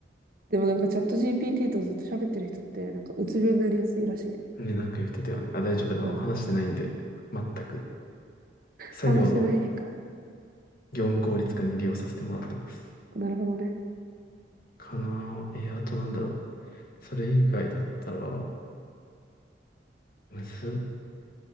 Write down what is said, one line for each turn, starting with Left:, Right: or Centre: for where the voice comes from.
Right: でもなんかチャット GPT とずっと喋ってる人って、なんかうつ病になりやすいらしい。
Left: ね、なんか言ってたよね。あ、大丈夫なの。
Right: うん
Left: 話してないんで。全く。作業の
Right: 話してないんかい。
Left: 業務効率化に利用させてもらってます。
Right: なるほどね。
Left: かなぁ。えーあとなんだろう。それ以外だったら、むず、